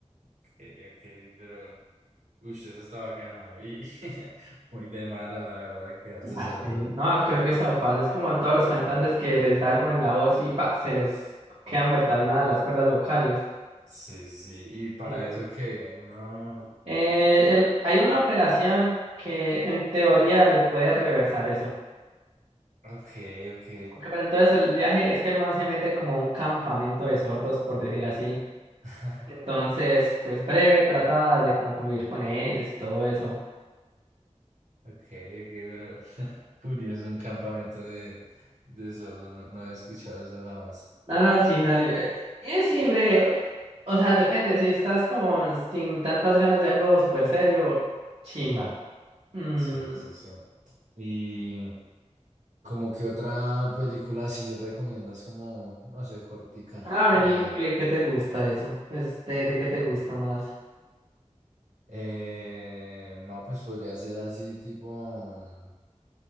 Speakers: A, on the right; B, on the right.
A: okay ok, pero... Uy, eso está bacana. Y <laughs> muy de mala, la verdad, quedarse
B: Así,
A: sordo.
B: no, creo que eso pasa. Es como todos los cantantes que les da algo en la voz y pa, se les quedan vueltas nada las cuerdas vocales.
A: Sí, sí, sí. Y para
B: Eh,
A: eso que uno...
B: Eh, el- hay una operación que en teoría le puede reversar eso.
A: Ok, ok.
B: Ok, pero entonces el viaje es que el man se mete como a un campamento de sordos, por decir así.
A: <laughs>
B: Entonces, pues breve, trata de como convivir con ellos y todo eso.
A: Ok, ok, pero <laughs> curioso, un campamento de, de sordos, no, no había escuchado eso jamás.
B: No, no, sí, dale. eh, eh, sí, breve. O sea, depende, si estás como sin tantas ganas de algo súper serio, chimba. Mm,
A: Sí, sí, sí. Y como que otra película así recomiendas como, no sé, cortica.
B: ah, vení,
A: Eh,
B: porque ¿qué te gusta de eso? Pues, ¿de, de qué te gusta más?
A: eh, no, pues podría ser así tipo mm,